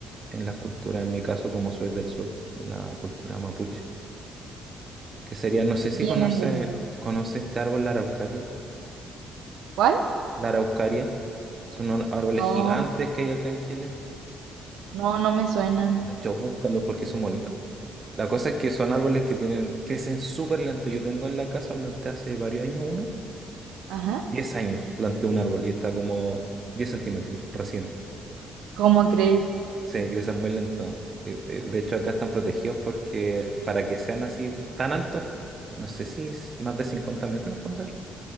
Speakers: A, on the right; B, on the right.
A: en la cultura, en mi caso como soy del sur, en la cultura mapuche. Que sería, no sé
B: ¿Qué
A: si
B: tienen
A: conoce,
B: de...?
A: conoce este árbol, la araucaria.
B: ¿Cuál?
A: La araucaria. Son unos árboles
B: No,
A: gigantes que hay acá en Chile.
B: no, no me suenan.
A: De hecho, búscalos porque son bonitos. La cosa es que son árboles que tienen, crecen súper lento. Yo tengo en la casa, planté hace varios años uno.
B: Ajá.
A: diez años planté un árbol y está como 10 centímetros recién.
B: ¿Cómo crees?
A: Se crecen muy lento. Eh, eh, De hecho, acá están protegidos porque para que sean así tan altos, co- no sé si es más de 50 metros, puede ser,